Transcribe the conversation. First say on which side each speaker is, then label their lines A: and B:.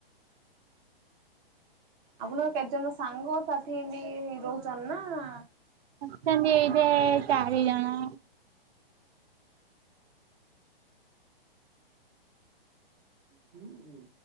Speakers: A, on the right; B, on the right.
A: ଆପଣଙ୍କ କେତେଜଣ ସାଙ୍ଗ ସାଥି ଏମତି ହେଇ ରହୁଚନ୍ତି ନା।
B: ଆସୁଛନ୍ତି ଏଇଠି ଚାରି ଜଣ।
A: ହୁଁ ହୁଁ।